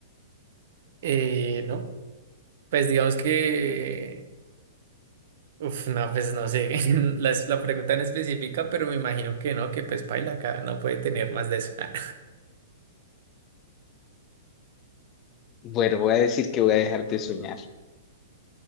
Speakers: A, on the right; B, on the left.
A: Eh, no, pues digamos que, uf, no, pues no sé, <laughs> la, la pregunta en específica, pero me imagino que no, que pues paila acá no puede tener más de eso. <laughs>
B: Bueno, voy a decir que voy a dejar de soñar.